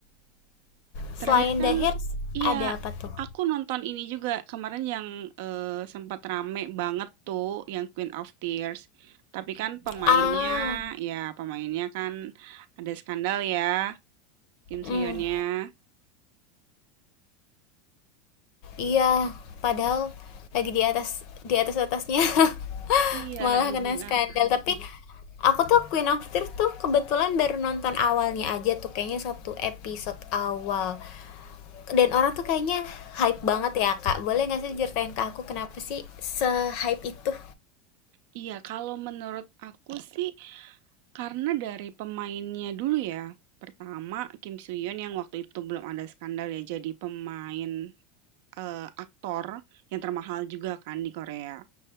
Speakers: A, on the left (about 50°); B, on the right (about 60°).
A: Selain
B: Terakhir kan
A: The Hairs,
B: iya,
A: ada apa tuh?
B: aku nonton ini juga kemarin yang, eee, sempat rame banget tuh yang Queen of Tears. Tapi kan pemainnya
A: Ah,
B: ya pemainnya kan ada skandal ya, Kim
A: mm,
B: Soo-hyunnya.
A: iya. Padahal lagi di atas di atas atasnya <laughs>
B: Iya,
A: malah
B: lagi
A: kena
B: di
A: skandal.
B: atas.
A: Tapi aku tuh Queen of Tears tuh kebetulan baru nonton awalnya aja tuh kayaknya satu episode awal. dan orang tuh kayaknya hype banget ya kak boleh nggak sih ceritain ke aku kenapa sih se hype itu
B: Iya, kalau menurut aku sih karena dari pemainnya dulu ya. Pertama Kim Soo-hyun yang waktu itu belum ada skandal ya jadi pemain, eee, aktor yang termahal juga kan di Korea.